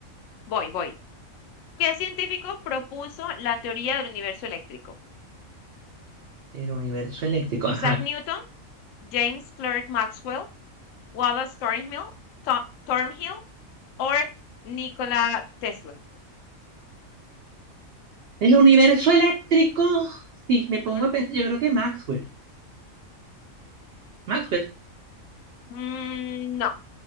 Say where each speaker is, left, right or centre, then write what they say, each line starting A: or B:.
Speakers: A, on the left; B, on the right.
A: voy, voy. ¿Qué científico propuso la teoría del universo eléctrico?
B: El universo eléctrico, ajá.
A: Isaac Newton, James Clerk Maxwell, Wallace Thornhill, Tho- Thornhill o Nikola Tesla.
B: El universo eléctrico. Sí, me
A: Ujú.
B: pongo a pensar. Yo creo que Maxwell. Maxwell.
A: Mm, no.